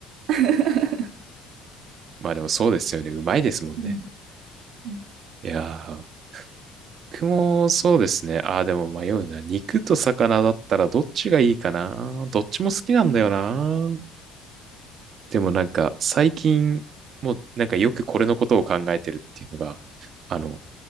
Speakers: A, on the right; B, on the right.
A: <laughs>
B: まあでもそうですよね。うまいですもんね。
A: うん。うん
B: いやー、僕もそうですね。ああ、でも迷うな。肉と魚だったらどっちがいいかな。どっちも好きなんだよな。
A: う
B: でもなんか最近もうなんかよくこれのことを考えてるっていうのが、あの、